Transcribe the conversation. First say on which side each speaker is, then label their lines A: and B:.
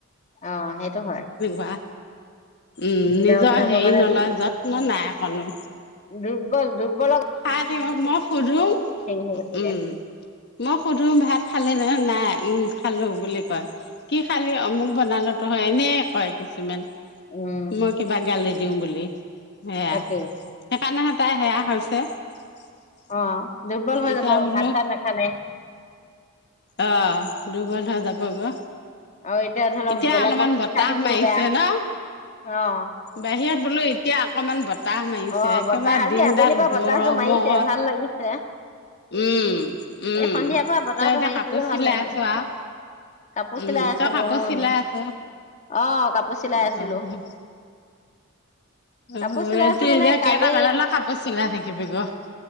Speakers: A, on the left; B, on the left.
A: অ', সেইটো হয়।
B: তেনেকুৱা উম নিজ
A: জ্বৰ বিলাকৰ
B: হেই
A: কাৰণে
B: নলয় যত্ন নাই অকনো।
A: দুৰ্বল দুৰ্বলক
B: খাই থাকিব মই সোধো,
A: হৈ গৈছে এতিয়া
B: উম। মই সুধো ভাত খালে নে নাই? উম, খালোঁ বুলি কয়। কি খালি অমুক বনালোঁ তই, এনে কয় কিছুমান।
A: উম,
B: মই কিবা গালি দিওঁ বুলি, সেয়া
A: তাকেই
B: সেইকাৰণেহে তাই সেয়া <unintelligible>
A: অ' দুৰ্বল হৈ
B: এতিয়া
A: যাব,
B: বোলো
A: ভাত চাত নাখালে।
B: অ', দুৰ্বল হৈ যাব গৈ।
A: আৰু ধৰি লওক
B: এতিয়া
A: বেলেগ
B: অলপমান
A: বস্তু
B: বতাহ
A: খাই থাকিলেও
B: মাৰিছে
A: বেয়া
B: ন'?
A: অ',
B: বাহিৰত বোলো এতিয়া অকমান বতাহ মাৰিছে,
A: অ
B: একেবাৰে
A: বতাহ আজি
B: দিনডাল
A: আবেলিৰ পৰা
B: গৰমত
A: বতাহটো মাৰিছে ভাল লাগিছে।
B: উম, উম।
A: এ সন্ধিয়াৰ পৰা বতাহটো
B: তই এতিয়া
A: মাৰিছে
B: কাপোৰ
A: যে
B: চিলাই
A: ভাল লাগিছে।
B: আছ আৰু?
A: কাপোৰ
B: উম,
A: চিলাই আছিলোঁ
B: তই কাপোৰ
A: অ',
B: চিলাই আছ?
A: অ' কাপোৰ
B: অ'।
A: চিলাই আছিলোঁ।
B: <inaudible>
A: কাপোৰ চিলাই
B: ৰাতি
A: আছো মানে
B: এতিয়া
A: কালি
B: কেইটামানলৈ কাপোৰ চিলাই থাকিবি গৈ?